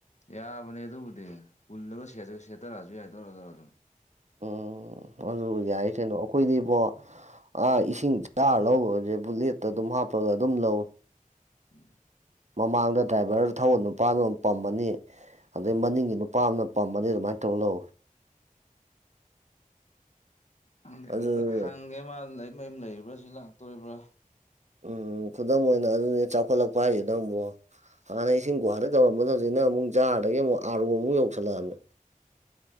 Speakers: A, on the left; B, on the right.
A: ꯌꯥꯕꯅꯦ ꯑꯗꯨꯕꯨꯗꯤ ꯄꯨꯜꯂꯒ ꯁꯦꯠꯇꯔꯛꯑꯁꯨ ꯌꯥꯏ ꯇꯧꯔ ꯑꯗꯨꯧꯔ ꯑꯗꯨꯝ
B: ꯎꯝ ꯑꯗꯨ ꯌꯥꯏ ꯀꯩꯅꯣ ꯑꯩꯈꯣꯏꯗꯤꯕꯣ ꯑꯥ ꯏꯁꯤꯡ ꯆꯥꯔ ꯂꯧꯕꯁꯦ ꯕꯨꯂꯦꯠꯇ ꯑꯗꯨꯝ ꯍꯥꯞꯄꯒ ꯑꯗꯨꯝ ꯂꯧꯋꯦ
A: ꯎꯝ
B: ꯃꯃꯥꯡꯗ ꯗ꯭ꯔꯥꯏꯚꯔ ꯊꯧꯧꯕ ꯅꯨꯄꯥꯅ ꯄꯝꯕꯅꯤ ꯑꯗꯩ
A: ꯎꯝ
B: ꯃꯅꯤꯡꯒꯤ ꯅꯨꯄꯥ ꯑꯃꯅ ꯄꯝꯕꯅꯤ ꯔꯨ ꯃꯥꯟ ꯇꯧꯂꯣ
A: ꯍꯪꯒꯦ
B: ꯑꯗꯨꯅꯤ
A: ꯑꯝꯇ ꯍꯪꯉꯦ ꯃꯥ ꯂꯩ ꯃꯌꯨꯝ ꯂꯩ꯭ꯔꯥ ꯁꯤ ꯂꯥꯛꯇꯣꯔꯤꯕ꯭ꯔꯥ
B: ꯎꯝ ꯈꯨꯗꯝ ꯑꯣꯏꯅ ꯑꯗꯨꯅꯦ ꯆꯥꯎꯈꯠꯂꯛꯄ ꯍꯥꯏꯈꯤꯗꯪꯕꯨꯣ ꯍꯥꯟꯅ ꯏꯁꯤꯡ ꯒꯨꯍꯥꯇꯩ ꯇꯧꯔꯝꯕꯗ ꯍꯧꯖꯤꯛꯅꯨꯛꯥꯔꯗꯒꯤ ꯑꯃꯨꯛ ꯑꯥꯔꯨ ꯑꯃꯨꯛ ꯌꯧꯁꯜꯂꯛꯑꯕꯃꯦ